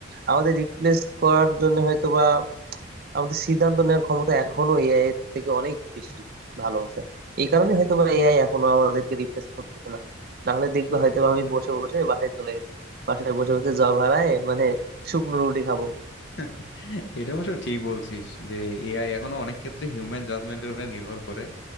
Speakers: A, on the right; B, on the left.
A: আমাদের রিপ্লেস করার জন্য হয়তো বা আমাদের সিদ্ধান্ত নেওয়ার ক্ষমতা এখনো এআই এর থেকে অনেক বেশি ভালো আছে এই কারণে হয়তো বা এআই এখনো আমাদেরকে রিপ্লেস করতেছে না না হলে দেখবে হয়তো বা আমি বসে বসে বাসায় চলে গেছি বাসায় বসে বসে জব হারায় মানে শুকনো রুটি খাবো
B: <laughs> এটা অবশ্য ঠিক বলছিস যে এআই এখনো অনেক ক্ষেত্রে হিউম্যান জাজমেন্টের উপরে নির্ভর করে